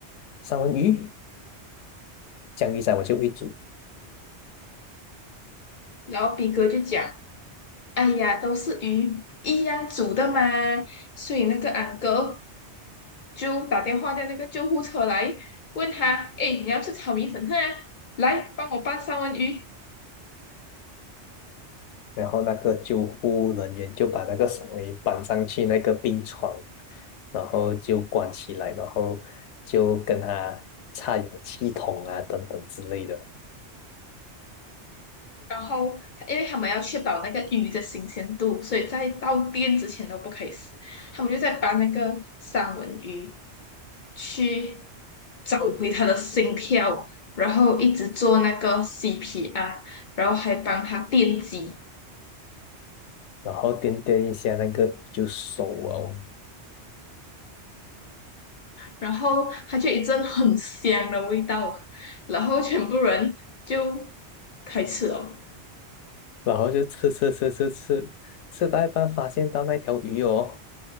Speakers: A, on the left; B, on the left.
A: 三文鱼，江鱼仔我就会煮。
B: 然后比格就讲。哎呀，都是鱼一样煮的嘛，所以那个俺哥就打电话叫那个救护车来，问他，哎，你要吃炒米粉啊？来，帮我拌三文鱼。
A: 然后那个救护人员就把那个手给绑上去那个病床，然后就关起来，然后就跟他插氧气筒啊等等之类的，
B: 然后，因为他们要确保那个鱼的新鲜度，所以在到店之前都不可以死。他们就在把那个三文鱼去找回他的心跳，然后一直做那个 CPR，然后还帮他电击。
A: 然后掂掂一下那个鱼就熟哦，
B: 然后它就一阵很香的味道，然后全部人就开吃了，
A: 然后就吃吃吃吃吃，吃到一半发现到那条鱼哦，